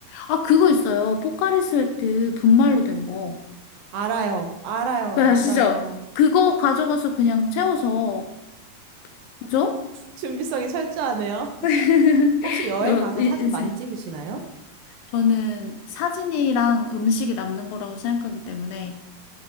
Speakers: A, on the left; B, on the right.
A: 아, 그거 있어요. 포카리스웨트 분말로 된 거.
B: 알아요. 알아요.
A: 그 아시죠?
B: 맞아요.
A: 그거 가져가서 그냥 채워서, 그죠?
B: 준비성이 철저하네요. <laughs>
A: <laughs>
B: 혹시 여행
A: 이거
B: 가서
A: 인-
B: 사진
A: 인생.
B: 많이 찍으시나요?
A: 저는 사진이랑 음식이 남는 거라고 생각하기 때문에